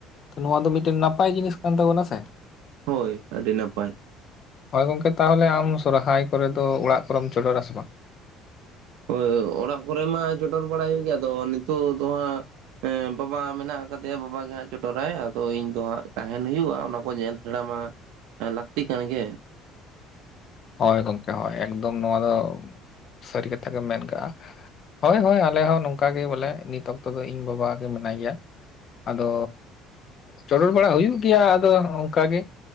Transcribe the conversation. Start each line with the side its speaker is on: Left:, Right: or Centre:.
Left: ᱱᱚᱣᱟ ᱫᱚ ᱢᱤᱫᱴᱮᱱ ᱱᱟᱯᱟᱭ ᱡᱤᱱᱤᱥ ᱠᱟᱱ ᱛᱟᱵᱚᱱᱟ ᱥᱮ᱾
Right: ᱦᱳᱭ ᱟᱹᱰᱤ ᱱᱟᱯᱟᱭ᱾
Left: ᱦᱳᱭ ᱜᱚᱝᱠᱮ ᱛᱟᱦᱚᱞᱮ ᱟᱢ ᱥᱚᱨᱦᱟᱭ ᱠᱚᱨᱮ ᱫᱚ ᱚᱲᱟᱜ ᱠᱚᱨᱮᱢ ᱪᱚᱰᱚᱨ ᱟᱥᱮ ᱵᱟᱝ?
Right: ᱦᱳᱭ ᱚᱲᱟᱜ ᱠᱚᱨᱮ ᱢᱟ ᱪᱚᱰᱚᱨ ᱵᱟᱲᱟᱭ ᱦᱩᱭᱩᱜ ᱜᱮᱭᱟ ᱟᱫᱚ ᱱᱤᱛᱳᱜ ᱫᱚ ᱦᱟᱸᱜ ᱦᱮᱸ ᱵᱟᱵᱟ ᱢᱮᱱᱟᱜ ᱟᱠᱟᱫᱮᱭᱟ ᱵᱟᱵᱟ ᱜᱮ ᱦᱟᱸᱜ ᱪᱚᱴᱚᱨᱟᱭ ᱟᱫᱚ ᱤᱧ ᱫᱚ ᱦᱟᱸᱜ ᱛᱟᱦᱮᱱ ᱦᱩᱭᱩᱜᱼᱟ ᱚᱱᱟ ᱠᱚ ᱧᱮᱞ ᱚᱱᱟᱢᱟ ᱞᱟᱹᱠᱛᱤ ᱠᱟᱱ ᱜᱮ᱾
Left: ᱦᱳᱭ ᱜᱚᱝᱠᱮ ᱦᱳᱭ ᱮᱠᱫᱚᱢ ᱱᱚᱣᱟ ᱫᱚ ᱥᱟᱹᱨᱤ ᱠᱟᱛᱷᱟ ᱜᱮᱢ ᱢᱮᱱ ᱠᱟᱜᱼᱟ᱾ ᱦᱳᱭ ᱦᱳᱭ ᱟᱞᱮ ᱦᱚᱸ ᱱᱚᱝ ᱠᱟ ᱜᱮ ᱵᱚᱞᱮ ᱱᱤᱛ ᱚᱠᱛᱚ ᱫᱚ ᱤᱧ ᱵᱟᱵᱟ ᱜᱮ ᱢᱮᱱᱟᱭ ᱜᱮᱭᱟ, ᱟᱫᱚ ᱪᱚᱰᱚᱨ ᱵᱟᱲᱟ ᱦᱩᱭᱩᱜ ᱜᱮᱭᱟ ᱟᱫᱚ ᱚᱝᱠᱟ ᱜᱮ᱾